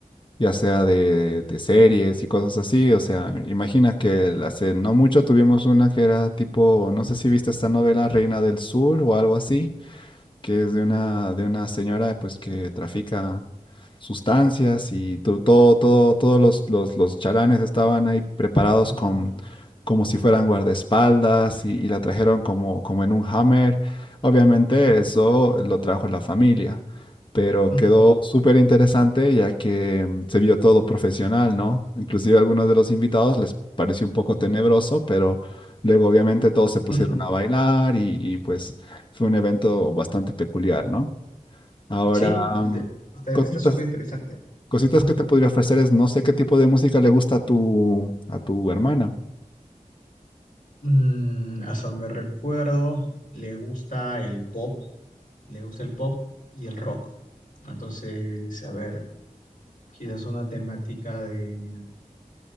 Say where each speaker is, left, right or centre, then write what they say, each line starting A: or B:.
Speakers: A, on the left; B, on the left.
A: ya sea de, de series y cosas así. O sea, imagina que hace no mucho tuvimos una que era tipo, no sé si viste esta novela Reina del Sur o algo así. que es de una, de una señora pues que trafica sustancias y to- todo, todo, todos los, los, los chalanes estaban ahí preparados
B: Ujú,
A: con, como si fueran guardaespaldas y, y la trajeron como, como en un hammer. Obviamente
B: ujú,
A: eso lo trajo la familia, pero
B: ujú,
A: quedó súper interesante ya que mm, se vio todo profesional, ¿no? Inclusive a algunos de los invitados les pareció un poco tenebroso, pero luego obviamente todos se pusieron
B: ujú.
A: a bailar y y, pues fue un evento bastante peculiar, ¿no? Ahora,
B: Sí, de-
A: um,
B: está
A: cositas,
B: está súper interesante.
A: cositas
B: Ujú.
A: que te podría ofrecer es, no sé qué tipo de música le gusta a tu, a tu hermana.
B: Mm, hasta donde recuerdo, le gusta el pop, le gusta el pop y el rock. Entonces, a ver, Quizás una temática de,